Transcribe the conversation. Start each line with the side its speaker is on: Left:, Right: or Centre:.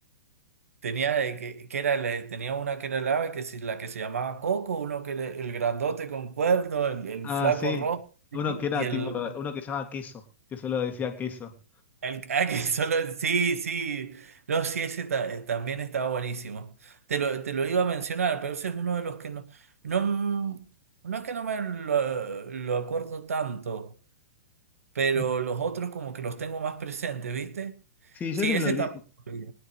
Right: tenía, eh, que, que era, la- tenía una que era el ave, que si- la que se llamaba Coco, uno que era el grandote con cuerno, el, el
Left: Ah,
Right: flaco
Left: sí.
Right: rojo, ¿sí?
Left: Uno que era
Right: y el,
Left: tipo, uno que se llamaba queso, que solo decía queso.
Right: El, <laughs> ah, que solo, sí, sí. No, sí, ese ta- eh, también estaba buenísimo. Te lo, te lo iba a mencionar, pero ese es uno de los que no. No, mm, no es que no me lo, lo acuerdo tanto, pero
Left: Mm.
Right: los otros como que los tengo más presentes, ¿viste?
Left: Sí,
Right: Sí,
Left: yo se me
Right: ese
Left: lo olvidé.
Right: también. lo vi,